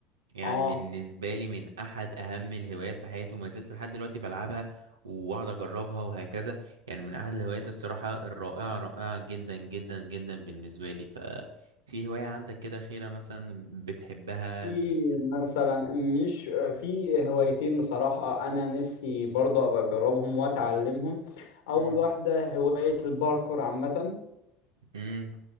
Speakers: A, on the right; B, on the left.
A: يعني
B: اه
A: بالنسبة لي من أحد أهم الهوايات في حياتي وما زلت لحد دلوقتي بلعبها وأقعد أجربها وهكذا يعني من أحد الهوايات الصراحة الرائعة رائعة جدا جدا جدا بالنسبة لي ففي هواية عندك كده خيرة مثلا بتحبها
B: في
A: بت...
B: مثلا مش في هوايتين بصراحة أنا نفسي برضه أبقى أجربهم وأتعلمهم أول
A: مم.
B: واحدة هواية الباركور عامة
A: مم.